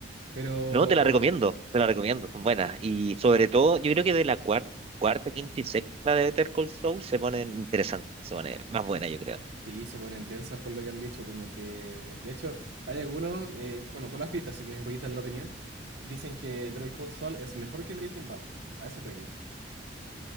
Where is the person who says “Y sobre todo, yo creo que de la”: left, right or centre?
Right